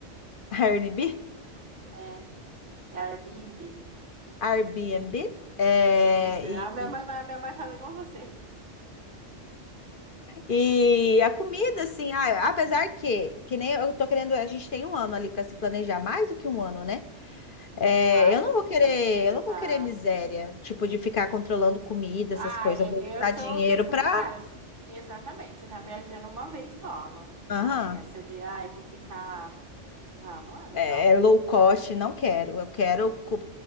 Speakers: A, on the left; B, on the right.
A: <laughs> Airbnb.
B: É, é Airbnb.
A: Airbnb. É,
B: Isso. A minha
A: e,
B: mãe, a minha mãe fala igual você.
A: e a comida, assim, ah, apesar que, que nem eu tô querendo, a gente tem um ano ali pra se planejar, mais do que um ano, né? É,
B: Mas
A: eu não vou querer,
B: a gente ainda
A: eu não
B: tá.
A: vou querer miséria, tipo, de ficar controlando comida,
B: Ah,
A: essas coisas.
B: e-
A: Eu vou
B: eu
A: juntar
B: sou
A: dinheiro
B: o tipo
A: pra.
B: que, cara, s- exatamente, você tá viajando uma vez só. Não...
A: Aham.
B: Ai, essa de, ai, vou ficar. Não, não é legal.
A: é, é low
B: O
A: cost, não quero. Eu quero co-